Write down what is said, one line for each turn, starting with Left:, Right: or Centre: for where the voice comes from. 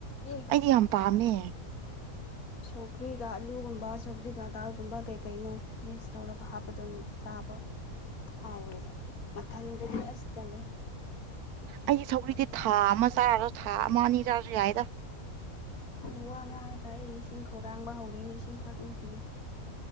Left: ꯌꯦꯟ
Right: ꯑꯩꯗꯤ ꯌꯥꯝ ꯄꯥꯝꯃꯦ
Left: ꯁꯧꯀꯔꯤ ꯀ ꯑꯜꯂꯨꯒꯨꯝꯕꯥ ꯁꯧꯀꯔꯤ ꯀ ꯇ ꯒꯨꯝꯕ ꯀꯩꯀꯩꯅꯣ ꯃꯤꯛꯁ ꯇꯧꯔꯒ ꯍꯥꯞꯄꯗꯣ ꯅꯨꯡ ꯆꯥꯕ ꯍꯥꯎꯋꯦꯕ ꯃꯊꯟꯗꯗꯤ ꯑꯁ ꯇꯂꯦ
Right: ꯑꯩꯒꯤ ꯁꯧ꯭ꯔꯤꯗꯤ ꯊꯥ ꯑꯃ ꯆꯥꯔꯁꯨ ꯊꯥ ꯑꯃ ꯑꯅꯤ ꯆꯥꯔꯁꯨ ꯌꯥꯏꯗ
Left: ꯅꯪ ꯋꯥ ꯉꯥꯡꯔꯒ ꯑꯩ ꯏꯁꯤꯡ ꯈꯧꯔꯥꯡꯕ ꯍꯧꯔꯦꯅꯦ ꯏꯁꯤꯡ ꯊꯥꯛꯂꯈꯤꯒꯦ